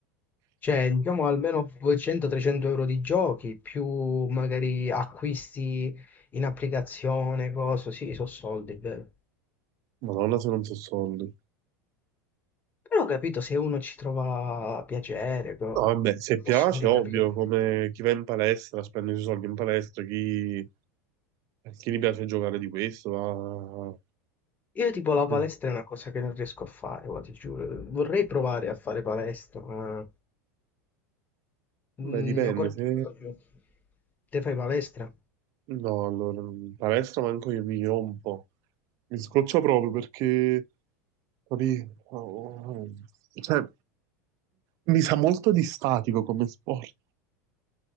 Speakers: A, on the left; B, on the right.
A: Cioè, diciamo almeno 200-300 euro di giochi, più magari acquisti in applicazione, cose, sì, sono soldi, è vero.
B: Madonna, se non so soldi.
A: Però ho capito, se uno ci trova piacere, co-
B: No, vabbè, se piace,
A: posso anche
B: ovvio,
A: capire.
B: come chi va in palestra spende i suoi soldi in palestra, chi, chi gli piace giocare di questo, va...
A: Io tipo la palestra
B: eh,
A: è una cosa che non riesco a fare, guarda, ti giuro. Vorrei provare a fare palestra, ma il mio
B: Beh, dipende,
A: corpo
B: se...
A: non fa più. Te fai palestra?
B: No, allora, in palestra manco io mi rompo. Mi scoccio proprio perché, capì? Oh, cioè, mi sa molto di statico come sport.